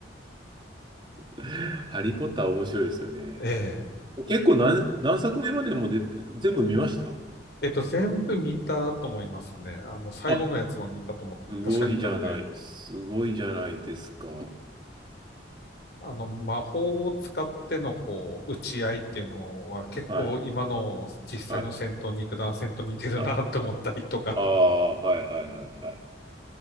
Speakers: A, on the right; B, on the left.
A: <laughs> ハリー・ポッター面白いですよね。
B: <laughs> ええ。
A: 結構何、何作目までもで全部見ました
B: えっと、全部見たと思いますね。あの、最後のやつも見たと思確か見たので、
A: あ、すごいじゃない。すごいじゃないですか。
B: あの、魔法を使っての、こう、打ち合いっていうのは結構今の実際の戦闘、
A: はい。はい。
B: 肉弾戦と似てるなって思ったりとか、
A: はい。ああ、はいはいはいはい。